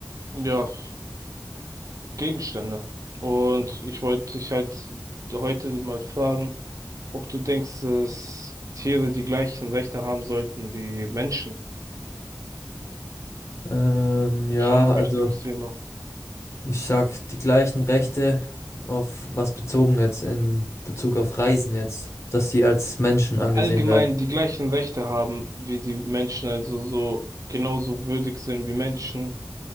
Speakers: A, on the right (about 50°); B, on the left (about 40°).
A: ja, Gegenstände. Und ich wollte dich halt heute mal fragen, ob du denkst, dass Tiere die gleichen Rechte haben sollten wie Menschen.
B: Ähm, ja,
A: Schon ein wichtiges
B: also
A: Thema.
B: ich sag die gleichen Rechte auf was bezogen jetzt, in Bezug auf Reisen jetzt, dass die als Menschen
A: Allgemein
B: angesehen werden.
A: die gleichen Rechte haben wie die Menschen, also so genauso würdig sind wie Menschen.